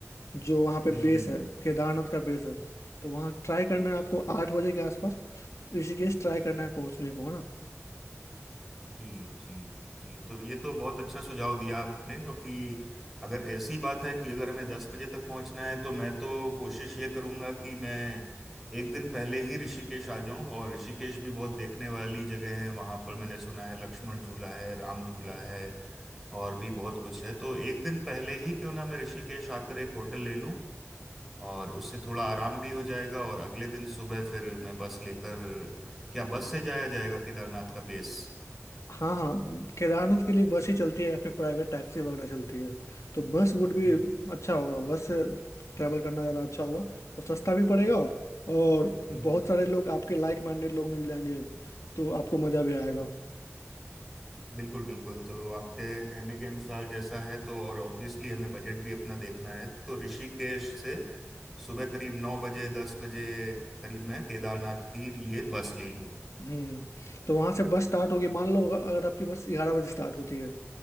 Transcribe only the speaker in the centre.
हम्म
जी जी जी तो ये तो बहुत अच्छा सुझाव दिया आपने क्योंकि अगर ऐसी बात है कि अगर हमें दस बजे तक पहुंचना है तो मैं तो कोशिश ये करूंगा कि मैं एक दिन पहले ही ऋषिकेश आ जाऊं और ऋषिकेश भी बहुत देखने वाली जगह है वहां पर मैंने सुना है लक्ष्मण झूला है राम झूला है और भी बहुत कुछ है तो एक दिन पहले ही क्यों ना मैं ऋषिकेश आकर एक होटल ले लूं और उससे थोड़ा आराम भी हो जाएगा और अगले दिन सुबह फिर मैं बस लेकर क्या बस से जाया जाएगा केदारनाथ का बेस
हम्म
हम्म
हम्म,
हम्म,
हम्म। बिल्कुल बिल्कुल तो आपके कहने के अनुसार जैसा है तो और ऑब्वियसली हमें बजट भी अपना देखना है तो ऋषिकेश से सुबह करीब नौ बजे दस बजे करीब मैं केदारनाथ के लिए बस ले लूँ